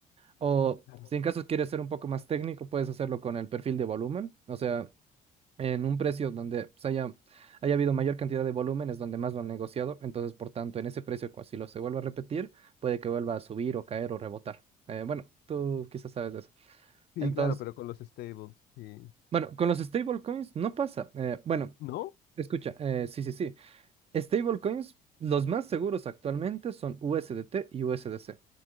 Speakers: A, on the right; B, on the left.
A: O
B: Claro.
A: si en caso quieres ser un poco más técnico, puedes hacerlo con el perfil de volumen. O sea, en un precio donde se haya, haya habido mayor cantidad de volúmenes, donde más lo han negociado. Entonces, por tanto, en ese precio, cua- si lo se vuelve a repetir, puede que vuelva a subir o caer o rebotar. Eh, bueno, tú quizás sabes de eso.
B: sí,
A: Entonces,
B: claro, pero con los stables, sí.
A: bueno, con los stablecoins no pasa. Eh, bueno,
B: ¿No?
A: escucha, eh, sí, sí, sí. Stablecoins, los más seguros actualmente son USDT y USDC.